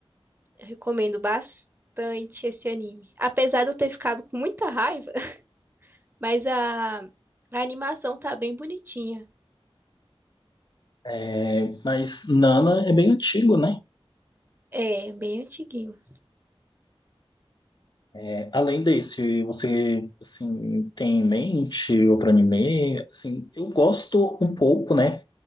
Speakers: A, on the right; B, on the left.
A: Eu recomendo bastante esse anime. Apesar de eu ter ficado com muita raiva, <laughs> mas a, a animação tá bem bonitinha.
B: É, mas Nana é bem antigo, né?
A: É, bem antiguinho.
B: É, além desse, você assim, tem em mente outro anime? Assim, eu gosto um pouco, né?